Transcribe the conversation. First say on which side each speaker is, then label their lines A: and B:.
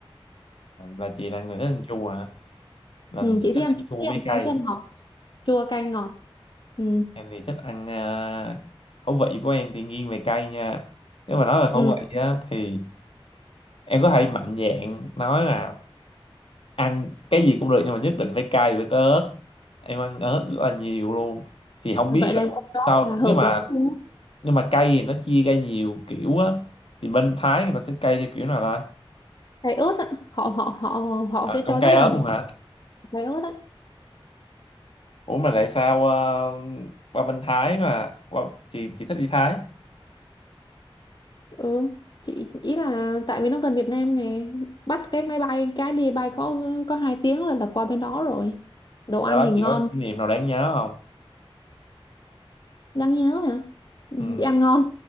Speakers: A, on the left; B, on the left.
A: Là chị là người thích ăn chua hả? Là
B: ừ,
A: chị
B: chị thích
A: thích
B: ăn
A: ăn
B: chua
A: chua
B: thích
A: với
B: ăn
A: cay.
B: cay thích ăn ngọt chua cay ngọt ừ.
A: em thì thích ăn ờ, khẩu vị của em thì nghiêng về cay nha nếu mà nói về
B: Ừ.
A: khẩu vị á thì em có thể mạnh dạn nói là ăn cái gì cũng được nhưng mà nhất định phải cay với cái ớt em ăn ớt rất là nhiều luôn thì không
B: vậy
A: biết
B: là
A: là
B: đó
A: sao
B: là hợp
A: nhưng mà
B: lắm luôn á.
A: nhưng mà cay thì nó chia ra nhiều kiểu á thì bên Thái người ta sẽ cay theo kiểu nào ta
B: cay ớt á họ họ họ họ
A: à,
B: sẽ
A: cũng
B: cho
A: cay
B: rất
A: ớt
B: là nhiều
A: luôn hả
B: ớt, cay ớt á
A: ủa mà tại sao ờ, qua bên Thái mà qua, chị chị thích đi Thái
B: ừ chị ý là tại vì nó gần Việt Nam nè bắt cái máy bay cái đi bay có có hai tiếng là là qua bên đó rồi đồ
A: qua
B: ăn
A: đó
B: thì ngon
A: chị có kỷ niệm nào đáng nhớ không
B: đáng nhớ hả
A: ừ
B: đi ăn ngon